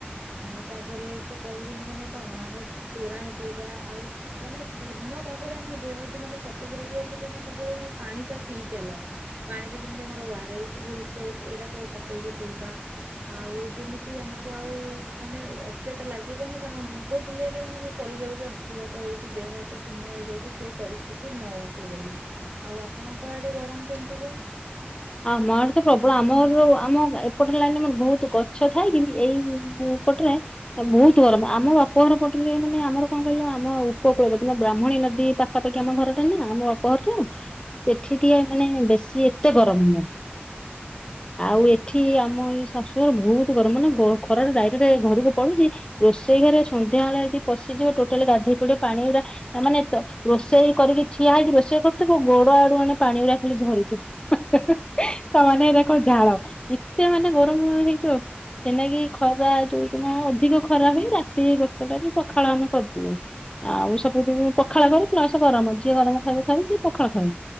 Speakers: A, on the right; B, on the left.
A: ଆଉ ତାପରେ ସେ କୋହୁଛନ୍ତି ମାନେ କଣ ଆମେ ତୋରାଣ ପିଇବା ଆଉ ମାନେ ପୂର୍ଣ୍ଣ ଭାବରେ ଆମ ଦେହକୁ ମାନେ ସତେଜ ରଖିବା ସେ କୋଛ ସବୁବେଳେ ମାନେ ପାଣି ଟା ପିଇଚାଲ। ପାଣିରେ ଯେମିତି ଆମର ୱାରସ୍ ଗ୍ଲୁକୋଜ୍ ଏଇରା ସବୁ ପକେଇକି ପିଇବା। ଆଉ ଯେମିତି ଆମକୁ ଆଉ ମାନେ ଅଚେତା ଲାଗିବନି କାରଣ ମୁଣ୍ଡ ବୁଲେଇଲେ ଆ ପଡିଯାଉଛି ଅଂଶୁଘାତ ହୋଉଛି ଦେହ ହାତ ଶୂନ୍ୟ ହେଇଯାଉଛି ସେ ପରିସ୍ଥିତି ନ ଆସୁ ବୋଲି। ଆଉ ଆପଣଙ୍କ ଆଡେ ଗରମ କେମିତି କଣ୍।
B: ଆମ ଆଡେ ତ ପ୍ରୋବଳ ଆମ ଆମ ଏପଟରେ ଲାଇନ୍ ଆମର ବୋହୁତ୍ ଗଛ ଥାଏ ଏଇ ଏପଟରେ ବୋହୁତ୍ ଗରମ୍ ଆମ ବାପଘର ପଟରେ ମାନେ ଆମର କଣ କହିଲ ଆମ ଉପକୁଳବତୀ ବ୍ରାହ୍ମଣୀ ନଦୀ ପା ପାଖାପାଖି ଆମ ଘରଟା ନା ଆମ ଅପହର ଟ ସେଠି ଟିକେ ମାନେ ବେଶୀ ଏତେ ଗରମ ହୁ ହୁଁ। ଆଉ ଏଠି ଆମ ଏଇ ଶାଶୁ ଘର ବହୁତ ଗରମ ମାନେ ଖରଟ ଡାଇରେକ୍ଟ ଘରକୁ ପଡୁଚି। ରୋଷେଇ ଘରେ ସନ୍ଧ୍ୟାବେେଳେ ଯଦି ପଶିଯିବ ଟୋଟାଲି ଗାଧୋଇ ପଡିବ ପାଣି ଗୁଡା ମାନେ ତ ରୋଷେଇ କରିକି ଠିଆ ହେଇକି ରୋଷେଇ କରୁଥିବ ଗୋଡ ଆଡୁ ମାନେ ପାଣି ଗୁରା ଖାଲି ଝରୁଥିବ। ତା ମାନେ ଏରାକ ଝାଳ ଏତେ ମାନେ ଗରମ ହେଇଥିବ। ସେଇନାଗି ଖରା ଯୋଉଦିନ ଅଧିକ ଖରା ହୁଏ ରାତି ବକ୍ତଟା ବି ପଖାଳ ଆମେ କରିିବୁ। ଆଉ ସବୁଦିନ ପଖାଳ କରୁ ପ୍ଲସ୍ ଗରମ। ଯିଏ ଗରମ ଖାଇବ ଖାଇବ ଯିଏ ପଖାଳ ଖାଇବ।